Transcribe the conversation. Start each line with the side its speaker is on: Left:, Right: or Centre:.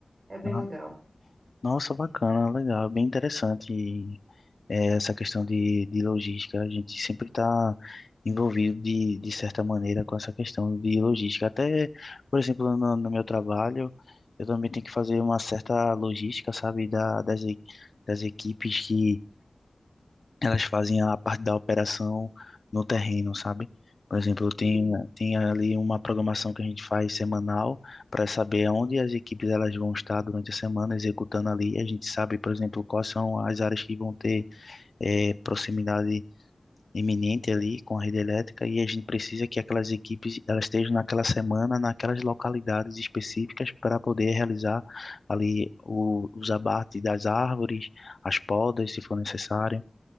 Right: É bem
Left: Ah,
Right: legal.
Left: ah, Nossa, bacana,
Right: É,
Left: legal, bem interessante e, é, essa questão de, de logística. A gente sempre está envolvido de, de certa maneira com essa questão de logística. Até, por exemplo, no, no meu trabalho, eu também tenho que fazer uma certa logística, sabe, da, das, e- das equipes que elas fazem a parte da operação no terreno, sabe? Por exemplo, tem,
Right: sim,
Left: tem ali uma programação que a gente faz semanal para saber onde as equipes elas vão estar durante a semana executando ali. A gente sabe, por exemplo, quais são as áreas que vão ter eh, proximidade iminente ali com a rede elétrica e a gente precisa que aquelas equipes elas estejam naquela semana, naquelas localidades específicas para poder realizar ali o, os abates das árvores, as podas, se for necessário